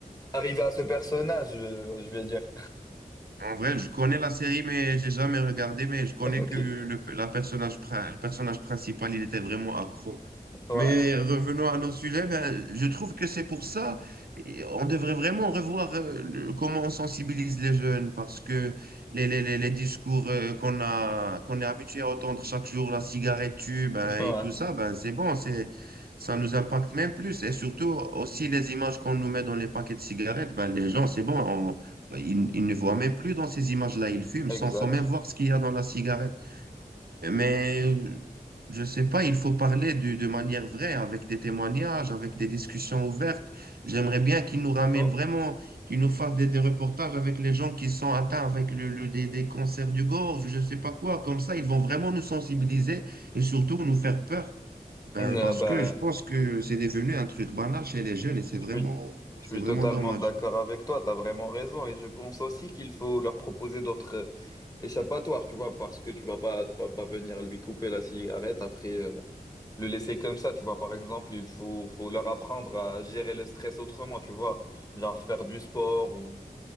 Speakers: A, on the left; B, on the right.
A: arriver à ce personnage, euh, je vais dire.
B: En vrai, je connais la série, mais j'ai jamais regardé, mais je connais
A: <laughs>
B: que le,
A: Ok,
B: la personnage, pri- le personnage principal, il était vraiment accro.
A: ouais,
B: Mais revenons à nos sujets, ben, je trouve que c'est pour ça, et on devrait vraiment revoir euh, le- comment on sensibilise les jeunes, parce que les, les, les- les discours euh, qu'on a, qu'on est habitué à entendre chaque jour, la cigarette tue, ben,
A: <laughs> ouais,
B: et tout ça, ben, c'est bon, c'est, ça nous impacte même plus. Et surtout, aussi les images qu'on nous met dans les paquets de cigarettes, ben, les gens, c'est bon, on- ils, ils ne voient même plus dans ces images-là, ils fument
A: exact.
B: sans, sans même voir ce qu'il y a dans la cigarette. Mais euh, je sais pas, il faut parler de, de manière vraie, avec des témoignages, avec des discussions ouvertes. J'aimerais bien qu'ils nous ramènent
A: Oh.
B: vraiment, qu'ils nous fassent des, des reportages avec les gens qui sont atteints avec le, le- des, des cancers du gorge, je sais pas quoi. Comme ça, ils vont vraiment nous sensibiliser et surtout nous faire peur. Ben,
A: Euh,
B: parce
A: bah,
B: que je pense que c'est devenu un truc banal chez les jeunes et c'est vraiment,
A: je suis Je
B: c'est
A: suis
B: vraiment
A: totalement
B: dommage.
A: d'accord avec toi, tu as vraiment raison et je pense aussi qu'il faut leur proposer d'autres euh, échappatoires, tu vois, parce que tu vas pas tu vas pas venir lui couper la cigarette après euh, le laisser comme ça, tu vois, par exemple, il faut faut leur apprendre à gérer le stress autrement, tu vois, genre faire du sport ou